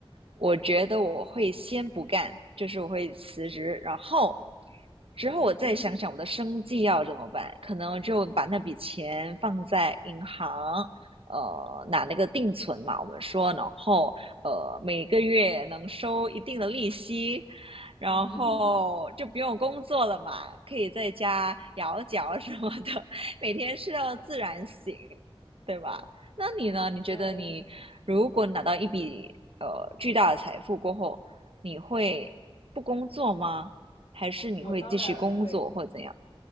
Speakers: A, on the right; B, on the left.
A: 我觉得我会先不干，就是我会辞职，然后之后我再想想我的生计要怎么办，
B: 嗯
A: 可能我就把那笔钱放在银行，呃，拿那个定存嘛，我们说，然后呃，每个月能收一定的利息，然后就不用工作了嘛，
B: <laughs> 嗯，
A: 可以在家摇脚什么的，每天睡到自然醒，对吧？那你呢？你觉得你如果拿到一笔呃巨大的财富过后，
B: 对，
A: 你会不工作吗？还是你会继续工作或怎样？
B: 我当然会。